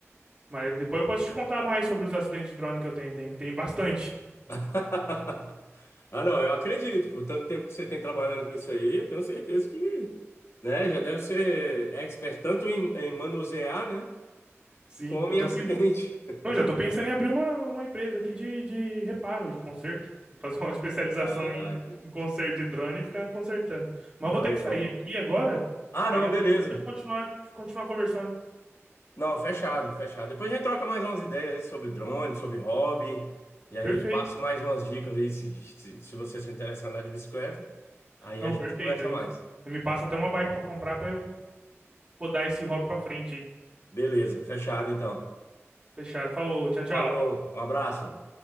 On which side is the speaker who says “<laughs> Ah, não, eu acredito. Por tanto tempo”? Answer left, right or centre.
Left